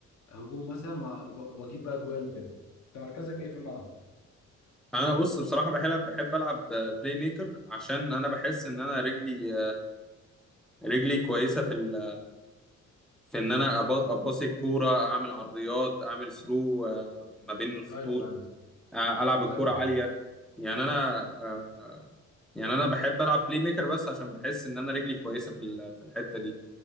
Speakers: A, on the left; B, in the centre.
A: هجوم مثلا و- و- واجيب بقى جوان وكده انت مركزك ايه في الملعب؟
B: أنا بص بصراحة بحب بحب ألعب بلاي ميكر عشان أنا بحس إن أنا رجلي رجلي كويسة في ال... في إن أنا أب- أباصي الكورة أعمل عرضيات أعمل ثرو ما بين الخطوط
A: ايوه ايوه
B: آه، ألعب الكورة
A: ايوه
B: عالية
A: ايوه
B: يعني أنا آه، يعني انا بحب العب بلاي ميكر بس عشان بحس ان انا رجلي كويسه في ال- في الحته دي